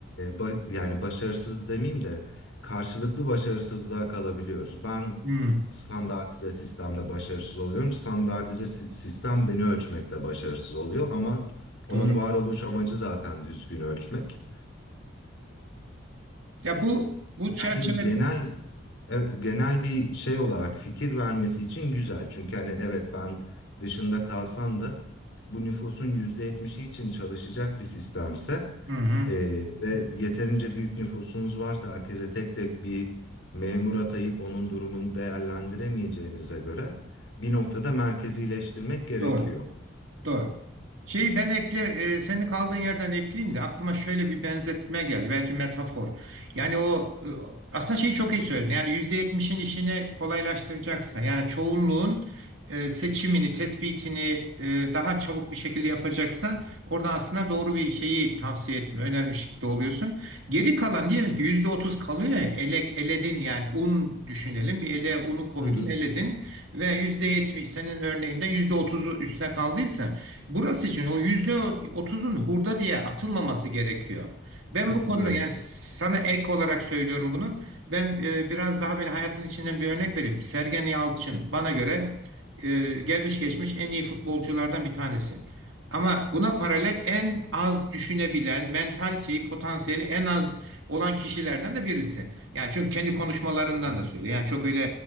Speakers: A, on the left; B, on the right.
A: ba- yani başarısız demeyeyim de karşılıklı başarısızlığa kalabiliyoruz. Ben
B: hı,
A: standartize sistemde başarısız oluyorum. Standartize si- sistem beni ölçmekte başarısız oluyor ama onun
B: doğru.
A: varoluş amacı zaten düzgün ölçmek.
B: Ya bu bu çerçeve
A: Hani genel e, genel bir şey olarak fikir vermesi için güzel. Çünkü hani evet ben dışında kalsam da bu nüfusun %70'i için çalışacak bir sistemse
B: hı hı,
A: e, ve yeterince büyük nüfusunuz varsa herkese tek tek bir memur atayıp onun durumunu değerlendiremeyeceğinize göre bir noktada merkezileştirmek gerekiyor.
B: doğru. Doğru. Şeyi ben ekle, e, senin kaldığın yerden ekleyeyim de aklıma şöyle bir benzetme geldi. Belki metafor. Yani o e, aslında şeyi çok iyi söyledin. Yani %70'in işini kolaylaştıracaksan yani çoğunluğun e, seçimini, tespitini e, daha çabuk bir şekilde yapacaksa orada aslında doğru bir şeyi tavsiye etme, önermiş de oluyorsun. Geri kalan diyelim ki %30 kalıyor ya ele, eledin yani un düşünelim. Bir ele unu koydun,
A: Hı hı.
B: eledin ve %70 senin örneğinden yüzde otuzu üstüne kaldıysa Burası için o yüzde otuzun hurda diye atılmaması gerekiyor. Ben
A: Katılıyorum.
B: bu konuda yani sana ek olarak söylüyorum bunu. Ben e, biraz daha böyle hayatın içinden bir örnek vereyim. Sergen Yalçın bana göre e, gelmiş geçmiş en iyi futbolculardan bir tanesi. Ama buna paralel en az düşünebilen, mentaliteyi, potansiyeli en az olan kişilerden de birisi. Yani çünkü kendi konuşmalarından
A: Hı hı.
B: da söylüyor. Yani çok öyle